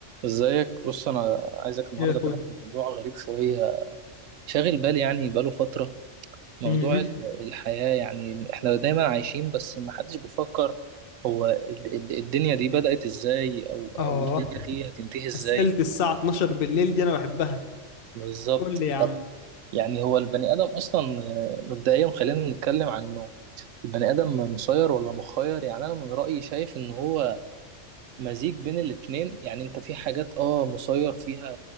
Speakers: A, on the right (about 80°); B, on the left (about 50°).
A: ازيك بص انا عايزك النهارده
B: يا اخوي
A: كده في موضوع غريب شويه شاغل بالي يعني بقاله فتره موضوع
B: امم
A: ال- الحياه يعني احنا دايما عايشين بس ما حدش بيفكر هو ال- ال- الدنيا دي بدأت ازاي او او
B: اه
A: الدنيا دي هتنتهي ازاي
B: اسئله الساعه 12 بالليل دي انا بحبها
A: بالظبط
B: قول لي يا عم
A: طب يعني هو البني ادم اصلا آه، مبدئيا خلينا نتكلم عنه البني ادم مسير ولا مخير يعني انا من رأيي شايف ان هو مزيج بين الاتنين يعني انت في حاجات اه مسير فيها